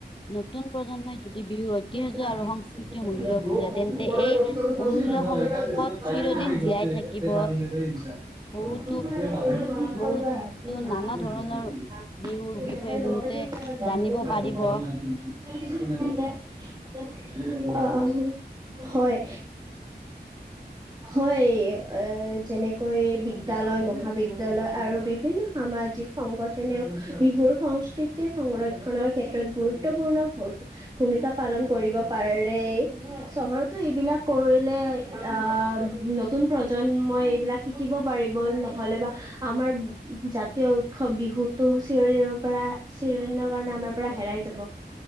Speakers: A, on the left (about 30°); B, on the right (about 25°).
A: নতুন প্ৰজন্মই যদি বিহুৰ ঐতিহ্য
B: <unintelligible> <unintelligible> <unintelligible>
A: আৰু সংস্কৃতিৰ মূল্য বুজে তেন্তে
B: পান
A: এই অমূল্য সম্পদ
B: <unintelligible>
A: চিৰদিন জীয়াই থাকিব
B: নান
A: বহুতো
B: ধৰণৰ
A: বহুতো
B: জানিব
A: নানা ধৰণৰ
B: পাৰিব
A: বিহুৰ বিষয়ে বহুতে
B: <unintelligible>
A: জানিব পাৰিব
B: <unintelligible> অ', হয়। হয়, এ, যেনেকৈ বিদ্যালয়, মহাবিদ্যালয় আৰু বিভিন্ন সামাজিক সংগত এনেও বিহুৰ সংস্কৃতি সংৰক্ষণৰ ক্ষেত্ৰত গুৰুত্বপূৰ্ণ ভুল ভূমিকা পালন কৰিব পাৰে, চহৰতো এইবিলাক কৰিলে, আ নতুন প্ৰজন্মই এইবিলাক শিকিব পাৰিব, ন'হলে বা আমাৰ জাতীয় উৎসৱ বিহুতো চিৰদিনৰ পৰা চিৰদিনৰ কাৰণে আমাৰ পৰা হেৰাই যাব।